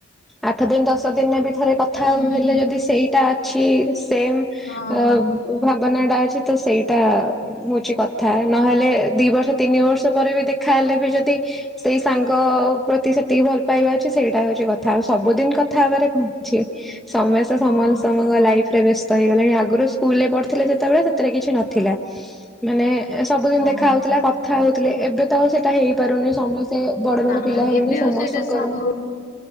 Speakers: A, in the centre; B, on the left.
A: ଆଠ ଦିନ ଦଶ ଦିନରେ ବି ଥରେ କଥା
B: ହୁଁ
A: <unintelligible> ହେଲେ ଯଦି ସେଇଟା ଅଛି ସେମ
B: ହଁ।
A: ଅ ଭାବନାଟା ଅଛି ତ ସେଇଟା ହଉଛି କଥା ନହେଲେ ଦି ବର୍ଷ ତିନି ବର୍ଷ ପରେ ବି ଦେଖା ହେଲେ ବି ଯଦି ସେଇ ସାଙ୍ଗ ପ୍ରତି ସେତିକି ଭଲ ପାଇବା ଅଛି ସେଇଟା ହଉଛି କଥା ଆଉ ସବୁଦିନ କଥା ହେବାରେ କଣ ଅଛି ସମସ୍ତେ ସମାନ
B: ହଁ
A: ସମ ଫ୍ ରେ ବ୍ୟସ୍ତ ହେଇଗଲେଣି ଆଗରୁ ସ୍କୁଲରେ ପଢ଼ୁଥିଲେ ଯେତେବେଳେ ସେତେବେଳେ କିଛି ନଥିଲା ମାନେ ସବୁଦିନ
B: ହଁ
A: ଦେଖା ହଉଥିଲା କଥା ହଉଥିଲେ ଏବେ ତ ଆଉ ସେଇଟା ହେଇପାରୁନି ସମସ୍ତେ ସେ ବଡ ବଡ
B: ନା
A: ପିଲା ହେଇଗଲେଣି
B: ଏବେ
A: ସମସ୍ତଙ୍କର
B: ଆଉ ସେଇଟା ସମ୍ଭବ
A: ହୁଁ